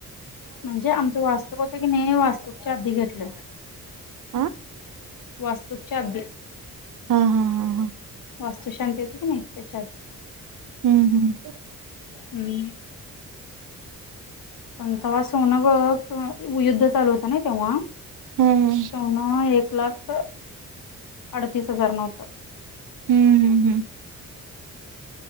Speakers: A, on the left; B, on the right.
A: म्हणजे आमचं वास्तूक. होत की ने वास्तूकच्या आधी घेत... कुठल्या...
B: आा..
A: वास्तूकच्या आधी...
B: हां हां हां हां...
A: वास्तु शांती होती की नाही त्याच्यात आधी..
B: हम्मं -हम्मं...
A: हम्म. पण तवा सोनं बग युद्ध चालू होतं नाही तेव्हा....
B: हा हा
A: सोन एक - एक लाख अडतीस हजार न होत.
B: हम्मं हम्मं हम्मं